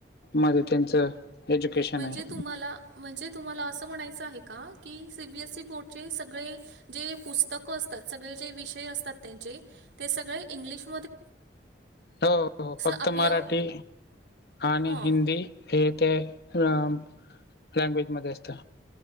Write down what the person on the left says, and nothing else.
मध्ये त्यांचं एज्युकेशन
आहे
हो, हो फक्त
मराठी आणि
हिंदी हे ते अं लँग्वेजमध्ये असतं.